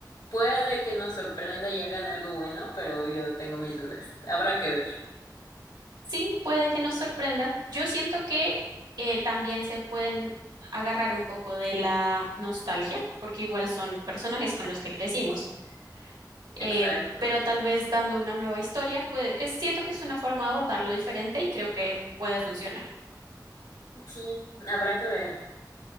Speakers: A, on the left (about 80°); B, on the right (about 85°).
A: puede que nos sorprenda y hagan algo bueno, pero yo tengo mis dudas. Habrá que ver.
B: Sí, puede que nos sorprenda. Yo siento que eh, también se pueden agarrar un poco de la nostalgia, porque igual son personajes con los que crecimos. eh,
A: Exacto.
B: pero tal vez dando una nueva historia, pues es- siento que es una forma de abordarlo diferente y creo que puede funcionar.
A: Sí, habrá que ver,